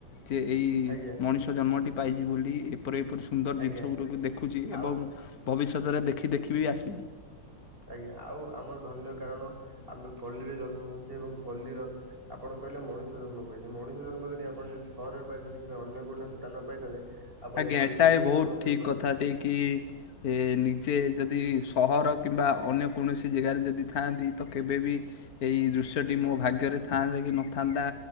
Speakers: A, on the left (about 55°); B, on the right (about 30°).
A: ଯେ ଏଇ
B: ଆଜ୍ଞା
A: ମଣିଷ ଜନ୍ମଟି ପାଇଛି ବୋଲି ଏପରି ଏପରି ସୁନ୍ଦର
B: ଆଜ୍ଞା
A: ଜିନିଷ ଗୁଡାକୁ ଦେଖୁଛି,
B: ଆଉ
A: ଏବଂ ଭବିଷ୍ୟତରେ ଦେଖି ଦେଖି ବି ଆସି
B: ଟ ଆଜ୍ଞା ଆଉ ଆମର ଧନ୍ୟ, କାରଣ ଆମେ ପଲ୍ଲୀରେ ଜନ୍ମ ହଉଛେ ଏବଂ ପଲ୍ଲୀର ଆପଣ କହିଲେ ମଣିଷ ଜନ୍ମ ପାଇଚେ, ମଣିଷ ଜନ୍ମ ଯଦି ଆପଣ ଯଦି ସହରରେ ପାଇଥାନ୍ତେ କିମ୍ବା ଅନ୍ୟ କୌଣସି ସ୍ଥାନରେ ପାଇଥାନ୍ତେ। ଆପଣ
A: ଆଜ୍ଞା
B: ଏପରି
A: ଏଟା
B: ପରିବେଶ
A: ବହୁତ
B: ଏବଂ
A: ଠିକ
B: ଏପରି
A: କଥା ଯିଏ କି ଯେ ଯଦି ସହର, କିମ୍ବା ଅନ୍ୟ କୌଣସି ଜାଗାରେ ଯଦି ଥାଆନ୍ତି। ତ କେବେ ବିି ଏଇ ଦୃଶ୍ୟଟି ମୋ ଭାଗ୍ୟରେ ଥାନ୍ତା କି ନଥାନ୍ତା?